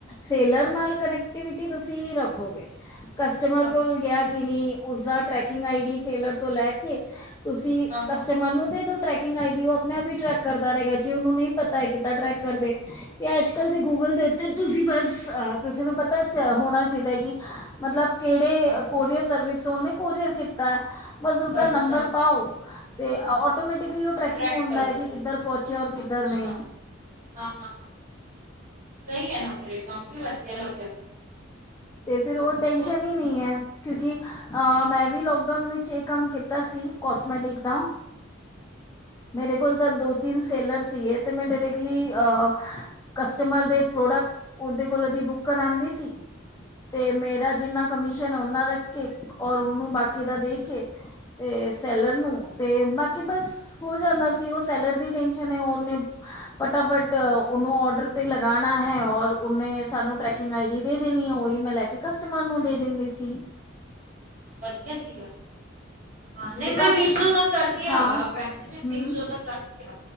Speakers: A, on the left; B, on the right.
A: ਸੇਲਰ ਨਾਲ ਕਨੈਕਟੀਵਿਟੀ ਤੁਸੀਂ ਹੀ ਰੱਖੋਗੇ। ਕਸਟਮਰ
B: ਅੱਛਾ
A: ਕੋਲ ਵੀ ਗਿਆ ਕਿ ਨਹੀਂ, ਉਸਦਾ ਟਰੈਕਿੰਗ ਆਈ ਡੀ ਸੇਲਰ ਤੋਂ ਲੈ ਕੇ ਤੁਸੀਂ
B: ਹਾਂ ਹਾਂ
A: ਕਸਟਮਰ
B: ਹਾਂ,
A: ਨੂੰ ਦੇ ਦੋ ਟਰੈਕਿੰਗ ਆਈ ਡੀ, ਉਹ ਆਪਣੇ ਆਪ ਹੀ ਟਰੈਕ ਕਰਦਾ ਰਹੇਗਾ। ਜੇ ਉਹਨੂੰ ਨਹੀਂ ਪਤਾ ਹੈ ਕਿੱਦਾਂ ਟਰੈਕ ਕਰਦੇ ਤੇ ਅੱਜ-ਕੱਲ
B: ਅੱਛਾ
A: ਤੇ ਗੂਗਲ ਦੇ ਉੱਤੇ ਤੁਸੀਂ ਬਸ ਅ ਤੁਸੀਂ ਨੂੰ ਪਤਾ ਹੋਣਾ ਚਾਹੀਦਾ ਹੈ ਕਿ ਮਤਲਬ ਕਿਹੜੇ ਕੋਰੀਅਰ ਸਰਵਿਸ ਤੋਂ ਉਨੇ ਕੋਰੀਅਰ ਕੀਤਾ। ਬਸ ਉਸਦਾ
B: ਅੱਛਾ
A: ਨੰਬਰ ਪਾਓ ਤੇ ਆਟੋਮੈਟਿਕਲੀ ਓ ਟਰੈਕਿੰਗ
B: ਟਰੈਕ
A: ਹੁੰਦਾ
B: ਕਰੋ
A: ਹੈ ਕਿ ਕਿੱਧਰ ਪਹੁੰਚਿਆ ਔਰ ਕਿੱਧਰ
B: ਅੱਛਾ
A: ਨਹੀਂ।
B: ਹਾਂ, ਹਾਂ, ਹਾਂ ਸਹੀ ਹੈ ਨਾ ਫਿਰ ਇਹ ਕੰਮ ਵੀ ਵਧੀਆ ਲੱਗਿਆ।
A: ਤੇ ਫਿਰ ਉਹ ਟੈਂਸ਼ਨ
B: ਮੈਨੂੰ। ਉਸ
A: ਹੀ ਨਹੀਂ ਹੈ ਕਿਉਂਕਿ ਅ ਮੈਂ ਵੀ ਲੋਕਕਡਾਊਨ ਵਿੱਚ ਇਹ ਕੰਮ ਕੀਤਾ ਸੀ, ਕੋਸਮੈਟਿਕ ਦਾ। ਮੇਰੇ ਕੋਲ ਤਾਂ ਦੋ-ਤਿੰਨ ਸੇਲਰ ਸੀਗੇ ਤੇ ਮੈਂ ਡਾਇਰੈਕਟਲੀ ਅ ਕਸਟਮਰ ਦੇ ਪ੍ਰੋਡਕਟ, ਉਦੇ ਕੋਲ ਦੀ ਬੁੱਕ ਕਰਾਂਦੀ ਸੀ। ਤੇ ਮੇਰਾ ਜਿੰਨਾ ਕਮਿਸ਼ਨ ਓਨਾ ਰੱਖ ਕੇ, ਔਰ ਓਨੂੰ ਬਾਕੀ ਦਾ ਦੇ ਕੇ ਤੇ ਸੈਲਰ ਨੂੰ ਤੇ ਬਾਕੀ ਬਸ ਹੋ ਜਾਂਦਾ ਸੀ ਓ ਸੈਲਰ ਦੀ ਟੈਸ਼ਨ ਏ ਓਨੇ ਫਟਾਫਟ ਓਨੂੰ ਓਡਰ ਤੇ ਲਗਾਨਾ ਹੈ ਔਰ ਓਨੇ ਸਾਨੂੰ ਟ੍ਰੈਕਿੰਗ ਆਈ ਡੀ ਦੇ ਦੇਨੀ ਐ ਓਹੀ ਮੈਂ ਲੈ ਕੇ ਕਸਟਮਰ
B: ਅੱਛਾ
A: ਨੂੰ ਦੇ ਦਿੰਦੀ ਸੀ।
B: ਵਦੀਆ ਸੀਗਾ। ਹਾਂ ਨਈ
A: ਤੇ
B: ਮੈਂ
A: ਕਾਫੀ
B: ਮੀਸ਼ੋ ਦਾ ਕਰਦੀ ਆ
A: ਹਾਂ
B: ਵਾਂ ਭੈਣ ਜੀ ਮੈਂ
A: ਹੂੰ
B: ਮੀਸ਼ੋ ਦਾ ਕਰਦੀ ਆ।